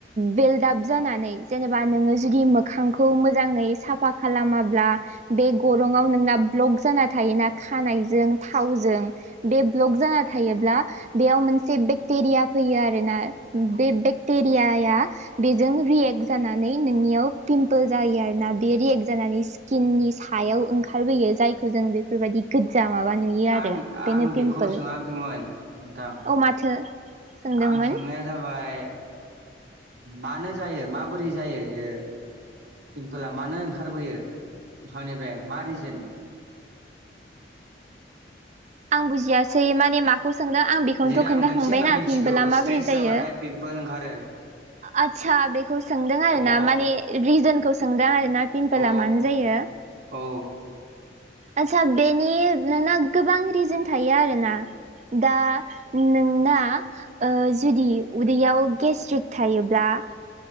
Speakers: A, on the right; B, on the right.
A: बे दाग जानानै जेनेबा नोङो जुदि मोखांखौ मोजाङै साफा खालामाब्ला बे गरं'आव नोंना ब्लक जाना थायोना खानायजों थावजों। बे ब्लक जाना थायोब्ला बेयाव मोनसे बेक्टेरिया फैयो आरोना बे बेक्टेरियाया बेजों रियेक्ट जानानै नोंनियाव पिमपोल जायो आरो ना बे रियेक्ट जानानै स्किननि सायाव ओंखारबोयो जायखौ जों बेफोरबायदि गोज्जा माबा नुयो आरो
B: आं आं
A: बेनो पिमपोल
B: बेखौ सोङाखैमोन नोंथां
A: औ माथो। सोंदोंमोन
B: आं सोंनाया जाबाय मानो जायो माबोरै जायो इयो? पिम्पोला मानो ओंखारबोयो मोखांनिफ्राय मा रिजोन?
A: आं बुजियासै माने मा खौ सोंदों आं बेखौनोथ'
B: जेरै
A: खोनन्थाखांबायना
B: आं मोनसे होनना मिथिगौ
A: पिमबफोला माबोरै
B: स्ट्रेस
A: जायो।
B: जाबाथाय पिमपोल ओंखारो
A: आदसा बेखौ सोंदों आरो
B: अ
A: ना माने रिजोनखौ सोंदों आरो ना पिम्पला
B: अ
A: मानो जायो?
B: औ।
A: आदसा बेनि नोंना गोबां रिजोन थायो आरोना। दा नोंना ओ जुदि उदैयाव गेस्ट्रिक थायोब्ला